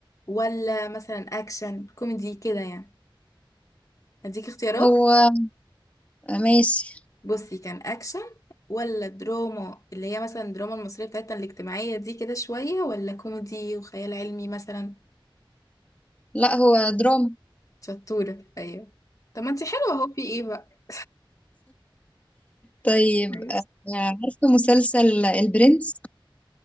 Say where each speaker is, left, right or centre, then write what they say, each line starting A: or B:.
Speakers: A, on the left; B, on the left.
A: ولا مثلا اكشن كوميدي كده يعني اديك اختيارات
B: هو ماشي
A: بصي كان اكشن ولا دراما اللي هي مثلا الدراما المصرية بتاعتنا الاجتماعية دي كده شوية ولا كوميدي وخيال علمي مثلا
B: لا هو دراما
A: شطورة ايوه طب ما انتي حلوة اهو في ايه بقى
B: طيب
A: كويس
B: آه، عارفة مسلسل البرنس